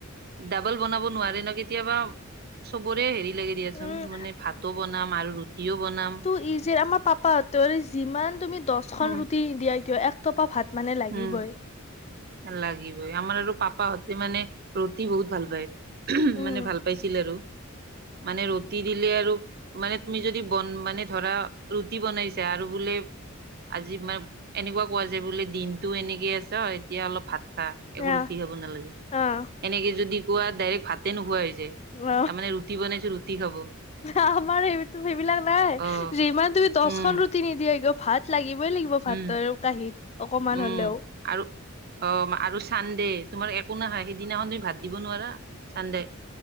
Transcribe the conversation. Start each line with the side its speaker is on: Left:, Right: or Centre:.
Right: ডাবল বনাব নোৱাৰে ন কেতিয়াবা চবৰে হেৰি লাগি- দিয়াচোন,
Left: উম,
Right: মানে ভাতো বনাম আৰু ৰুটিও বনাম।
Left: ই যে আমাৰ পাপা- ত যিমান তুমি দশখন
Right: উম
Left: ৰুটি নিদিয়া কিয় এক টপা ভাত মানে লাগিবই।
Right: উম। লাগিবই, আমাৰ আৰু পাপা হতে মানে ৰুতি বহুত ভাল পায়।
Left: উম,
Right: মানে ভাল পাইছিল আৰু, মানে ৰুটি দিলে আৰু- মানে তুমি যদি বন মানে ধৰা ৰুটি বনাইছা আৰু বোলে- আজি মানে এনেকুৱা কোৱা যে বোলে দিন- এনেকে আছ এতিয়া অলপ ভাত খা
Left: অ',
Right: একো ৰুটি খাব নালাগে,
Left: অ',
Right: এনেকে যদি- কোৱা ডাইৰেক্ট ভাতে নোখোৱা হৈ যায়।
Left: অ,
Right: তাৰমানে ৰুটি বনাইছো ৰুটি খাব
Left: আমাৰ সেই সেইবিলাক নাই
Right: অ
Left: যিমান তুমি- দশখন
Right: উম
Left: ৰুটি নিদিয়া কিয় ভাত লাগিবই লাগিব ভাতৰ
Right: উম।
Left: কাঁহীত অকমান
Right: উম
Left: হ'লেও।
Right: আৰু অ আৰু চানডে তোমাৰ একো নাখায় সেইদিনাখন তুমি ভাত। দিব নোৱাৰা চান্দে